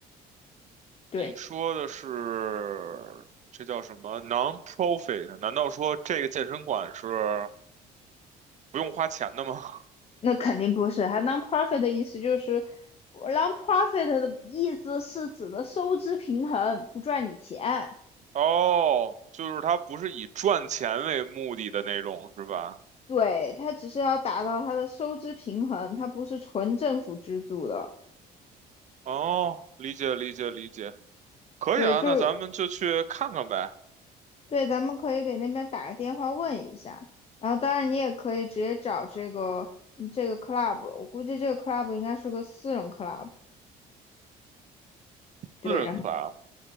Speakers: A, on the left; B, on the right.
A: 对。
B: 你说的是这叫什么 non-profit？难道说这个健身馆是不用花钱的吗？
A: 那肯定不是。还 non-profit 的意思就是，non-profit 的意思是指的收支平衡，不赚你钱。
B: <laughs> 哦，就是它不是以赚钱为目的的那种，是吧？
A: 对，它只是要达到它的收支平衡，它不是纯政府资助的。
B: 哦，理解理解理解，可以啊，
A: 对，就是
B: 那咱们就去看看呗，
A: 对，咱们可以给那边打个电话问一下。然后，当然你也可以直接找这个这个 club 了我估计这个 club 应该是个私人 club。对，
B: 私人
A: 然后
B: club。